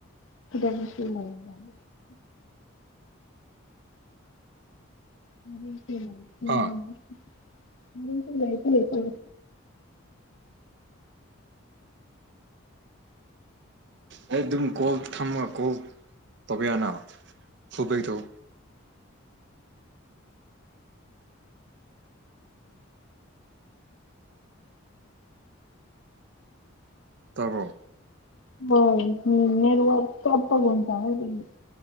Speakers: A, on the left; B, on the right.
A: ꯁꯤꯗꯁꯨ꯫ <unintelligible> ꯋꯥꯔꯤꯁꯦ ꯂꯩꯇ꯭ꯔꯦ
B: ꯑꯥ
A: ꯋꯥꯔꯤꯁꯦ ꯂꯩꯗꯤ ꯂꯩꯇ꯭ꯔꯦ
B: ꯑꯩ ꯗꯨꯝ ꯀꯣꯜ ꯊꯥꯝꯃꯒ ꯀꯣꯜ ꯇꯧꯕ ꯌꯥꯅ ꯐꯨꯜꯕꯦꯛ ꯇꯧ ꯇꯥꯕ꯭ꯔꯣ
A: ꯕꯣꯏ ꯎꯝ ꯅꯦꯠꯋꯥꯛ ꯆꯞꯄ ꯒꯦꯝ ꯁꯥꯅꯩ ꯀꯩꯒꯤꯅꯣ